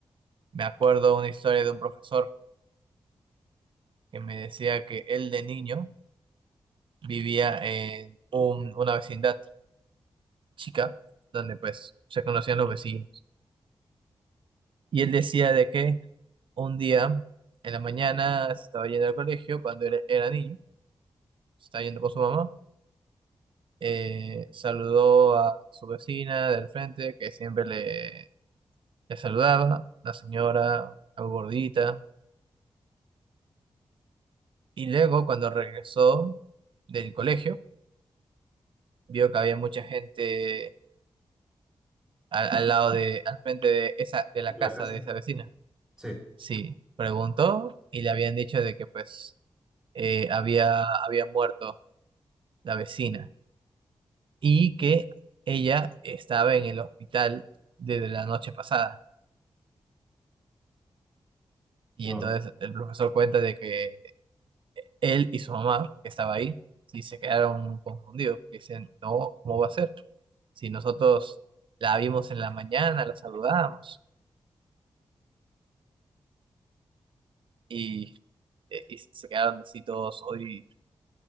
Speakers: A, on the right; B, in the centre.
A: me acuerdo una historia de un profesor que me decía que él de niño vivía en un- una vecindad. chica, donde pues se conocían los vecinos. Y él decía de que un día en la mañana se estaba yendo al colegio cuando era, era niño, se estaba yendo con su mamá, eh, saludó a su vecina del frente que siempre le, le saludaba, la señora, algo gordita, y luego cuando regresó del colegio, vio que había mucha gente al, al lado de, al frente de esa, de la
B: ¿De
A: casa
B: la casa?
A: de esa vecina.
B: Sí.
A: Sí, preguntó y le habían dicho de que pues eh, había, había muerto la vecina y que ella estaba en el hospital desde la noche pasada. Y
B: Wow,
A: entonces el profesor cuenta de que él y su mamá, que estaba ahí, y se quedaron confundidos. porque Dicen, no, ¿cómo va a ser? Si nosotros la vimos en la mañana, la saludamos y, eh, y se quedaron así todos hoy